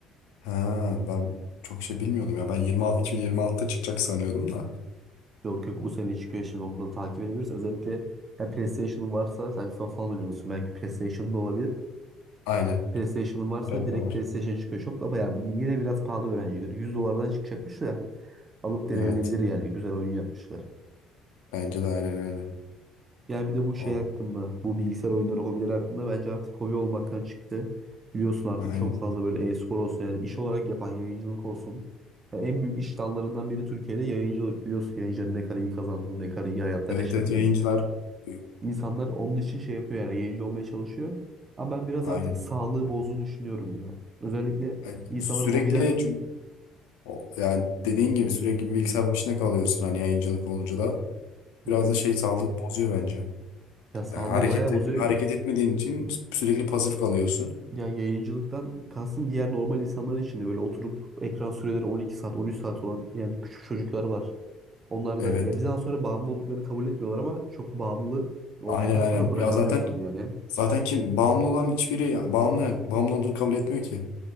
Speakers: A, on the left (about 75°); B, on the right (about 35°).
A: ha ben çok şey bilmiyordum ya. Ben 20, 2026'da çıkacak sanıyordum da.
B: Yok yok bu sene çıkıyor şimdi onu da takip edebiliriz. Özellikle ya PlayStation'ın varsa sen FIFA falan oynuyorsun. Belki PlayStation'da olabilir.
A: Aynen.
B: PlayStation'ın varsa
A: Arada
B: direkt
A: da var.
B: PlayStation çıkıyor. Çok da bayağı yine biraz pahalı öğrencileri. 100 dolardan çıkacakmış da alıp
A: Evet.
B: denenebilir yani. Güzel oyun yapmışlar.
A: Bence de aynen öyle.
B: Ya bir de bu şey
A: Vallahi,
B: hakkında, bu bilgisayar oyunları, hobileri hakkında bence artık hobi olmaktan çıktı. Biliyorsun artık
A: Aynen.
B: çok fazla böyle e-spor olsun yani iş olarak yapan yayıncılık olsun. Yani en büyük iş dallarından biri Türkiye'de yayıncılık. Biliyorsun yayıncıların ne kadar iyi kazandığını, ne kadar iyi hayatlar
A: Evet
B: yaşadığını.
A: evet yayıncılar e,
B: İnsanlar onun için şey yapıyor yani yayıncı olmaya çalışıyor. Ama ben biraz
A: aynen.
B: artık sağlığı bozduğunu düşünüyorum ya. Özellikle
A: Ay,
B: insanlar
A: Sürekli
B: hobiden,
A: çünkü o, yani dediğin gibi sürekli bir bilgisayar başına kalıyorsun hani yayıncılık olunca da.
B: evet,
A: Biraz da şey sağlık bozuyor bence.
B: ya sağlığı
A: Yani hareket
B: bayağı bozuyor.
A: et- hareket etmediğin için sürekli pasif kalıyorsun.
B: Ya yayıncılıktan kastım diğer normal insanlar için de böyle oturup ekran süreleri 12 saat 13 saat olan yani küçük çocuklar var. Onlar
A: Evet.
B: da ya bir zaman sonra bağımlı olduklarını kabul etmiyorlar ama çok bağımlı olduktan
A: Aynen aynen.
B: sonra bırakamıyorsun
A: Ya zaten
B: yani.
A: zaten kim bağımlı olan hiçbiri ya, bağımlı bağımlı olduğunu kabul etmiyor ki.